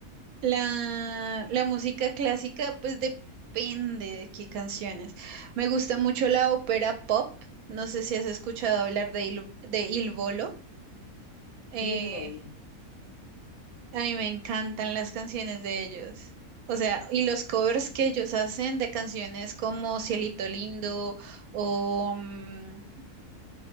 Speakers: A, on the right; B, on the left.
A: La, la música clásica, pues depende de qué canciones. Me gusta mucho la ópera pop. No sé si has escuchado hablar de Il, de Il Volo. Eh,
B: Sí, sí, lo digo.
A: a mí me encantan las canciones de ellos. O sea, y los covers que ellos hacen de canciones como Cielito Lindo o... mm,